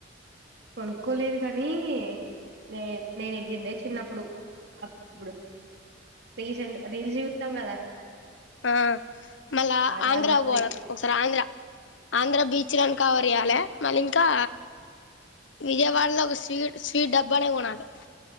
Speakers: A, on the right (about 60°); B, on the left (about 80°).
A: కొనుక్కోలేదు కానీ నే నేను వెళ్ళందే చిన్నప్పుడు అప్పుడు రీసెంట్ రీల్స్ చూస్తాం కదా
B: ఆ మళ్ళా
A: వాటిలల్ల
B: ఆంధ్ర
A: వస్తాయి
B: పోాలి ఒకసారి ఆంధ్ర ఆంధ్ర బీచ్ లోని కవర్ చేయ్యాలి మళ్ళీ ఇంకా విజయవాడలో ఒక స్వీ స్వీట్ డబ్బు అనే కొది